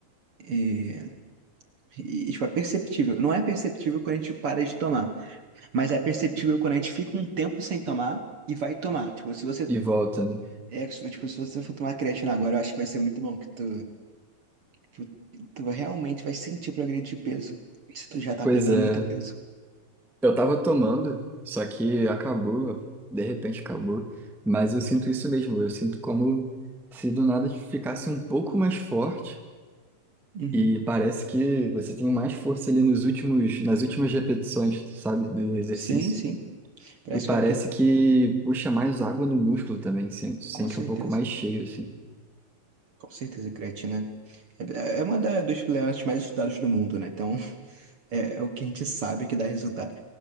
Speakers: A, on the right; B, in the centre.
A: E, e tipo, é perceptível. Não é perceptível quando a gente para de tomar. Mas é perceptível quando a gente fica um tempo sem tomar e vai tomar. Tipo, se você.
B: E volta, né?
A: É, se- tipo, se você for tomar creatina agora, eu acho que vai ser muito bom, que tu, tu, tu realmente vai sentir o progresso de peso. Se tu já tá
B: Pois
A: pegando
B: é.
A: muito peso.
B: Eu tava tomando, só que acabou, de repente acabou. Mas eu sinto isso mesmo, eu sinto como se do nada ficasse um pouco mais forte
A: Uhum.
B: e parece que você tem mais força ali nos últimos, nas últimas repetições, sabe, do exercício.
A: Sim, sim. Parece
B: E parece
A: que é o que.
B: que puxa mais água no músculo também, sinto, sente
A: Com certeza.
B: um pouco mais cheio, assim.
A: Com certeza, a creatina é, é é uma da, dos suplementos mais estudados do mundo, né? Então, <laughs> é, é o que a gente sabe que dá resultado.